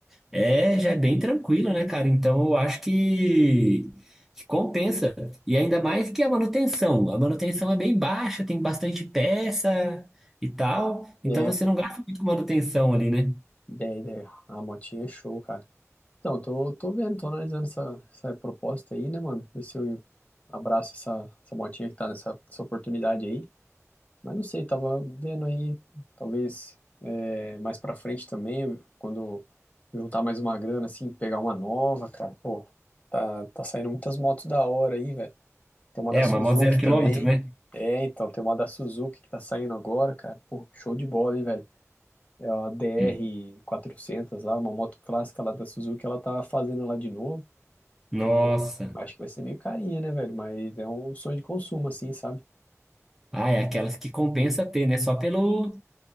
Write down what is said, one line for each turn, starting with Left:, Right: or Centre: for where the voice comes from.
Centre: é, já é bem tranquilo, né, cara? Então eu acho que, que compensa. E ainda mais que a manutenção, a manutenção é bem baixa, tem bastante peça e tal,
Left: É,
Centre: então você
Left: pô,
Centre: não gasta muito com manutenção ali, né?
Left: ideia, ideia. A motinha é show, cara. Então, tô, tô vendo, tô analisando essa, essa proposta aí, né, mano? Ver se eu abraço essa, essa motinha que tá nessa essa oportunidade aí. Mas não sei, tava vendo aí, talvez é, mais pra frente também, quando juntar mais uma grana, assim, pegar uma nova, cara. Pô, tá, tá saindo muitas motos da hora aí, velho. Tem uma
Centre: É,
Left: da Suzuki
Centre: uma moto zero quilômetro,
Left: também.
Centre: né?
Left: É, então, tem uma da Suzuki que tá saindo agora, cara. Pô, show de bola, hein, velho? É a DR400
Centre: É.
Left: lá, uma moto clássica lá da Suzuki, ela tá fazendo lá de novo.
Centre: Nossa.
Left: Bom, acho que vai ser meio carinha, né, velho? Mas é um sonho de consumo, assim, sabe?
Centre: Ah, é aquelas que compensa ter, né? Só pelo.